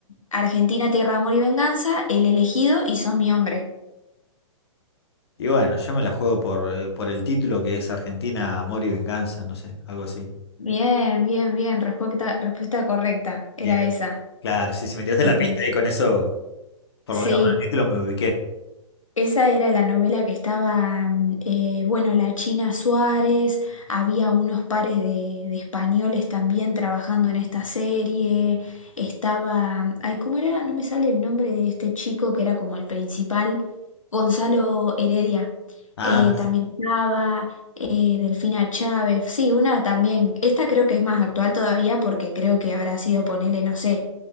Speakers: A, on the left; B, on the left.
A: Argentina, Tierra, de Amor y Venganza, El elegido y Sos mi hombre.
B: Y bueno, yo me la juego por, eh, por el título que es Argentina, Amor y Venganza, no sé, algo así.
A: Bien, bien, bien, respuesta, respuesta correcta, era
B: Bien,
A: esa.
B: Claro, sí, si me tiraste
A: Sí,
B: la pista
A: sí.
B: ahí con eso, por
A: Sí,
B: lo menos con el título me ubiqué.
A: Esa era la novela que estaba, mm, eh, bueno, la China Suárez, había unos pares de, de españoles también trabajando en esta serie, estaba, ay, ¿cómo era? No me sale el nombre de este chico que era como el principal, Gonzalo Heredia,
B: Ah,
A: eh, también estaba, eh, Delfina Chávez, sí, una también, esta creo que es más actual todavía porque creo que habrá sido, ponele, no sé,